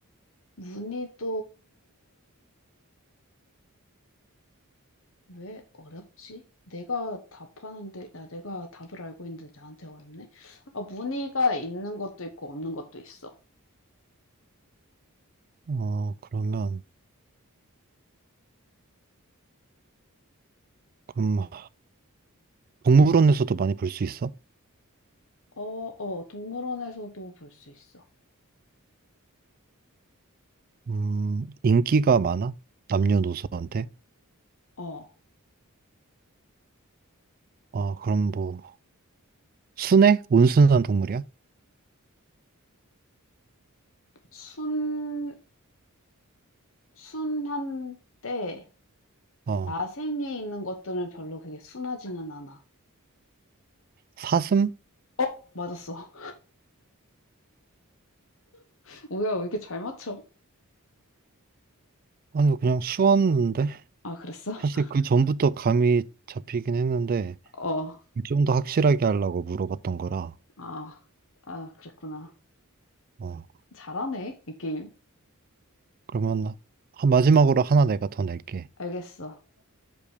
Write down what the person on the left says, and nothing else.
문늬도왜 어렵지? 내가 답하는데, 야, 내가 답을 알고 있는데 나한테 어렵네? 아, 무늬가 있는 것도 있고 없는 것도 있어.
어, 어, 동물원에서도 볼 수 있어.
어,
순, 순한데,
야생에 있는 것들은 별로 그게 순하지는 않아.
어, 맞았어. <laughs> 뭐야, 왜 이렇게 잘 맞춰?
아 그랬어?
어.
아. 아 그랬구나.
잘하네, 이 게임.
알겠어.